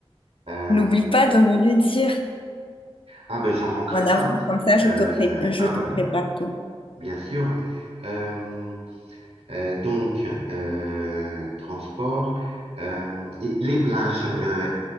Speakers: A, on the right (about 75°); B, on the left (about 60°).
A: Euh,
B: N'oublie pas de me le dire
A: ah ben, j'en manquerai
B: en
A: pas.
B: avance, comme ça je
A: Euh,
B: te pré- je
A: ah
B: te
A: ben,
B: prépare tout.
A: bien sûr. Euh, euh, donc, euh, transport. Euh, et les plages, euh,